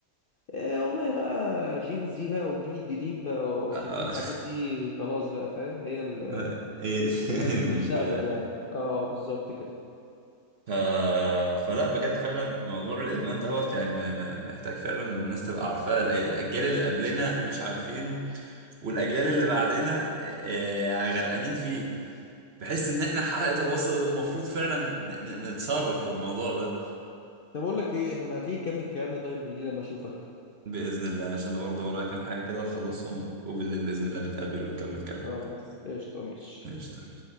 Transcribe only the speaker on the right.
آه،
آه.
<laughs> هي دي
<laughs> المشكلة
ف... فلا بجد فعلا موضوع الادمان دوت يعني م- م- محتاج فعلا الناس تبقى عارفاه الأ- الاجيال اللي قبلنا مش عارفينه والاجيال اللي بعدنا آه، آه، غرقانين فيه بحس ان احنا حلقة الوصل المفروض فعلا ن- ن- نتصرف في الموضوع ده
باذن الله عشان انا برضه ورايا كام حاجة كده هخلصهم وبالليل باذن الله نتقابل ونكمل كلام
ماشي تمام.